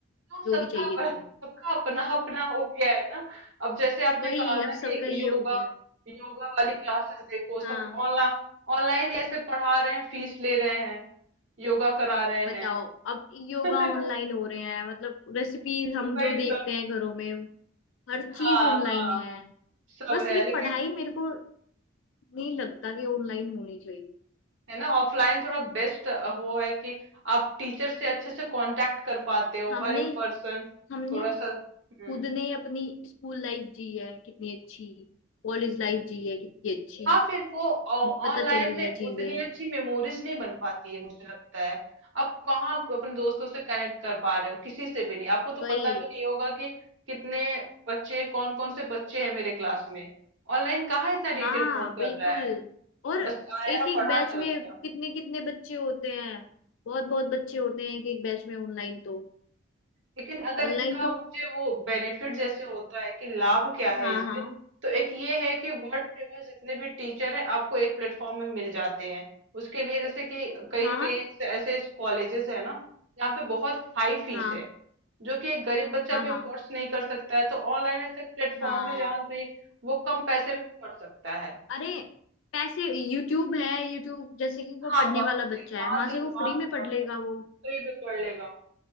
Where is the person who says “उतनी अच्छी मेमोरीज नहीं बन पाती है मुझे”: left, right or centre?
Right